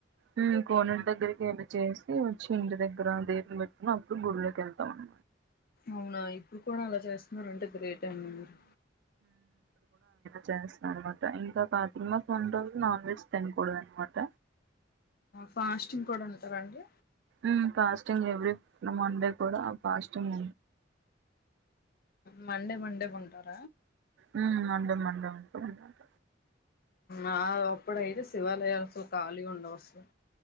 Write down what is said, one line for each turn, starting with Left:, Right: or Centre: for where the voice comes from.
Right: హ్మ్ కోనేటి దగ్గరకి వెళ్లి చేసి వచ్చి ఇంటి దగ్గర దీపం పెట్టుకొని అప్పుడు గుళ్లోకి వెళ్తాం అం
Left: అవునా ఇప్పుడు కూడా అలా చేస్తున్నార అంటే గ్రేట్ అండి మీరు
Right: చేస్త అనమాట ఇంకా కాకి మాస్ ఉంటుంది నాన్ వెజ్ తినకూడదు అనమాట
Left: ఫాస్టింగ్ కూడా ఉంటారా అండి
Right: ఉ ఫాస్టింగ్ ఎ లే మండే కూడా ఫాస్టింగ్
Left: మండే మండే పంటార
Right: ఉ మండే మండే ఉంటా అన్నమాట
Left: ఆ అప్పుడయితే శివాలయాల అసలు ఖాళీగా ఉండవుసలు